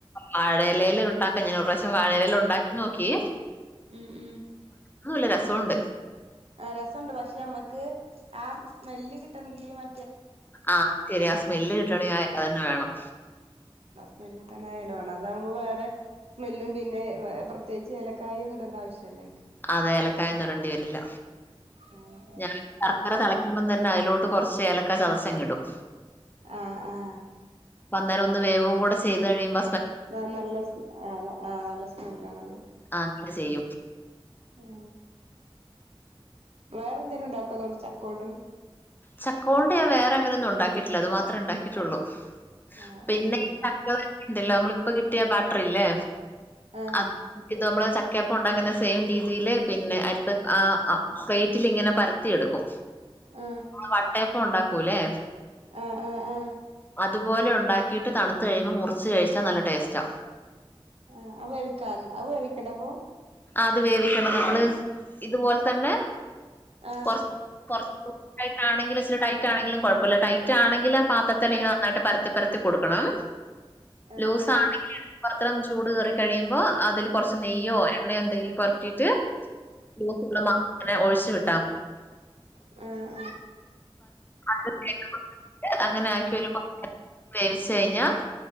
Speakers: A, on the left; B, on the right.
A: വാഴേലേല് ഉണ്ടാക്കാം ഞാനൊർആവശ്യം വാഴേലേല് ഒണ്ടാക്കി നോക്കി
B: ഉം ഉം
A: ന്നൂല്ല രസോണ്ട്
B: ആ രസണ്ട് പക്ഷെ അമ്മക്ക് ആ സ്മെല്ല് കിട്ടണെങ്കി മ
A: ആ ശെരിയാ സ്മെല് കിട്ടണെ ആഎലതന്നെ വേണം
B: സ്മല്ലിട്ടണേ ആ എല വേണം അതാവുമ്പം വേറെ സ്മെല്ലും പിന്നെ വേ പ്രത്യേകിച്ച് എലക്കായ്ഒന്നും ഇടണ്ട ആവശ്യംല്ല
A: അതെ ഏലക്കായൊന്നുടണ്ടി വരില്ല
B: ആഹ്
A: ഞാൻ ശർക്കര തെളയ്ക്കുമ്പതന്നെ അയിലോട്ട് കൊർച്ച് ഏലക്കാ ചതച്ചങ്ങിടും
B: ആ ആ
A: അന്നേരം ഒന്ന് വേവും കൂടെ ചെയ്ത് കഴിയുമ്പ
B: ആ നല്ല ആ ആ നല്ല സ്മെല്ലാണത്
A: ആ അങ്ങനെ ചെയ്യും
B: ആ വേറെ എന്തേലും ഉണ്ടാക്കോ അ--ണ്ട് ചക്കോട്
A: ചക്കോണ്ട് ഞാന് വേറെ അങ്ങനൊന്നും ഉണ്ടാക്കിയിട്ടില്ല അത് മാത്ര ഇണ്ടാക്കിയിട്ടോള്ളു
B: ആഹ്
A: പിന്നെ ചക്കാ ണ്ടല്ലോ നമ്മളിപ്പ കിട്ടിയ ബാട്രിഇല്ലേ
B: ആഹ്
A: അത് ന ഇത് നമ്മള് ക്കപ്പ ഉണ്ടാക്കിന്ന സെയിം രീതിയില് പിന്നെ അരിപ്പ ആ പ്ലേറ്റില് ഇങ്ങനെ പരത്തിഎട്ക്കും
B: ആ
A: വട്ടയപ്പം ഉണ്ടാക്കൂല്ലേ
B: ആ ആ ആ
A: അത്പോലെ ഉണ്ടാക്കിയിട്ട് തണ്ത് കഴിയുമ്പോ മുറിച്ച് കഴിച്ചാ നല്ല ടേസ്റ്റാ
B: ആ അവവിക്കാ അവ വെവിക്കണ്ട അപ്പൊ
A: അത് വേവിക്കണം നമ്മള് ഇതുപോല തന്നെ
B: ആഹ്
A: കൊറ കൊറച്ച് ദ ആണെങ്കിലുച്ചിരി ടൈറ്റണെങ്കിലും കൊഴപ്പല്ല ടൈറ്റാണക്കില് ആ പാത്രത്തില് ഇങ്ങനെ നന്നായിട്ട് പരത്തി പരത്തി കൊടുക്കണം
B: ആഹ്
A: ലൂസണെങ്കില് പത്രം ചൂട് കേറി കഴിയുമ്പോ അതില് കൊർച്ച് നെയ്യോ <unintelligible>
B: ആ
A: <inaudible> അങ്ങനെ ആക്കിയ ഒരു വേവിച്ച് കഴിഞ്ഞാ